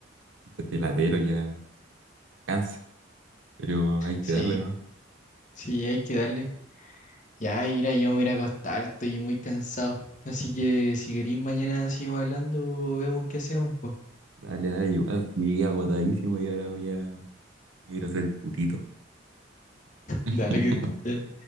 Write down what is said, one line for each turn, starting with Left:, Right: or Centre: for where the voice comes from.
Right: este latero ya cansa, pero hay que
Left: Sí,
Right: darle, ¿no?
Left: sí, hay que darle. Ya, mira, yo me iré a acostar, estoy muy cansado. Así que si querís, mañana seguimos hablando, vemos qué hacemos, pues.
Right: Dale, dale, igual llegué agotadísimo y ahora voy a a ir a hacer putito. <laughs>
Left: Dale que estés bien.